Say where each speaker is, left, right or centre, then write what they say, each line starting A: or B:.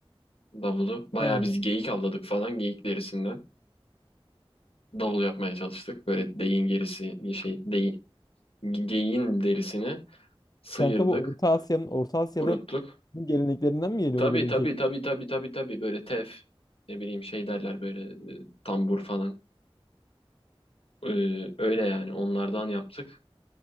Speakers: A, on the left; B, on the left.
A: Davulu. Bayağı
B: Ha.
A: biz geyik avladık falan geyik derisinden. Davul yapmaya çalıştık. Böyle deyin gerisi şey deyin, geyiğin derisini sıyırdık,
B: Kanka bu Orta Asya'nın Orta Asya'da
A: kuruttuk.
B: geleneklerinden mi geliyordu
A: Tabii
B: böyle
A: tabii
B: bir şey?
A: tabii tabii tabii tabii böyle tef ne bileyim şey derler böyle e, tambur falan. Ee, öyle yani onlardan yaptık.